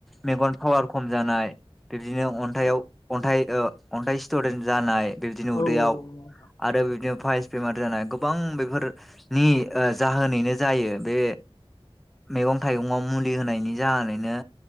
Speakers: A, in the centre; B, on the left (about 45°).
A: मेगन पावार खम जानाय बेबिदिनो अन्थायाव अन्थाइ ओ अन्थाइ स्टडेन्ट जानाय बेबिदिनो उदैयाव
B: औ औ औ नंगौ नोंथां
A: आरो बिदिनो पाइलस बेमार जानाय गोबां बेफोरनि जाहोनैनो जायो बे मैगं थाइगंयाव मुलि होनायनि जाहोनैनो